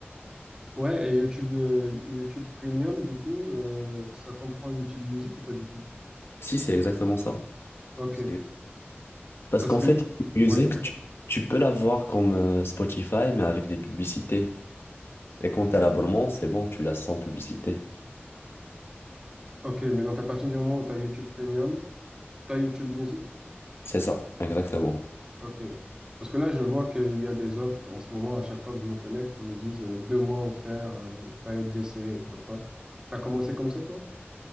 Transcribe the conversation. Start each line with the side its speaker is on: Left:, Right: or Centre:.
Right: Ouais, et YouTube, euh, YouTube Premium, du coup, euh, ça comprend YouTube Music ou pas du tout?
Left: Si, c'est exactement ça.
Right: Ok,
Left: C'est- Parce
Right: parce
Left: qu'en
Right: que,
Left: fait, YouTube Music,
Right: ouais,
Left: tu, tu peux l'avoir comme euh, Spotify, mais avec des publicités. Et quand t'as l'abonnement, c'est bon, tu l'as sans publicité.
Right: ok, mais donc à partir du moment où tu as YouTube Premium, tu as YouTube Music?
Left: C'est ça, exactement.
Right: Ok, parce que là, je vois qu'il y a des offres en ce moment, à chaque fois que je me connecte, ils me disent euh, deux mois offerts, euh, période d'essai, je sais pas quoi. T'as commencé comme ça, toi?